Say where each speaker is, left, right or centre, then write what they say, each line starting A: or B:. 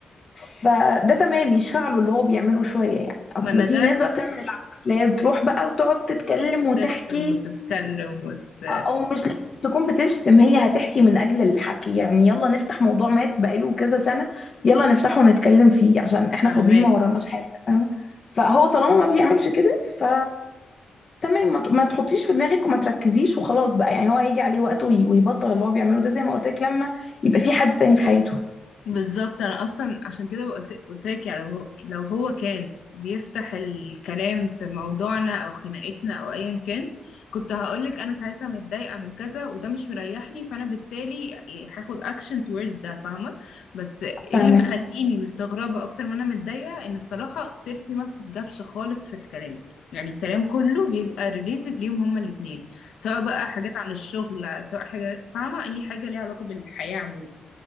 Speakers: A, on the left; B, on the left.
A: فده تمام يشفع له اللي هو بيعمله شويه يعني اصل
B: ما انا ده
A: في ناس بقى بتعمل العكس اللي هي بتروح بقى وتقعد تتكلم وتحكي
B: تشتم وتتكلم وت...
A: او مش لازم تكون بتشتم هي هتحكي من اجل الحكي يعني يلا نفتح موضوع مات بقاله كذا سنه يلا نفتحه ونتكلم فيه عشان احنا
B: فهماك
A: فاضيين ما وراناش حاجه فاهمة؟ فهو طالما ما بيعملش كده ف تمام ما ت- ما تحطيش في دماغك وما تركزيش وخلاص بقى يعني هو هيجي عليه وقت وي- ويبطل اللي هو بيعمله ده زي ما قلت لك لما يبقى في حد تاني في حياته
B: بالظبط انا اصلا عشان كده قلت قلت لك يعني لو هو لو هو كان بيفتح الكلام في موضوعنا او خناقتنا او ايا كان كنت هقولك انا ساعتها متضايقه من كذا وده مش مريحني فانا بالتالي يعني هاخد اكشن towards ده فاهمه بس إيه
A: فاهمك
B: اللي مخليني مستغربه اكتر ما انا متضايقه ان الصراحه سيرتي ما بتتجابش خالص في الكلام يعني الكلام كله بيبقى ريليتد ليهم هما الاتنين سواء بقى حاجات عن الشغل سواء حاجه فاهمه اي حاجه ليها علاقه بالحياه عموما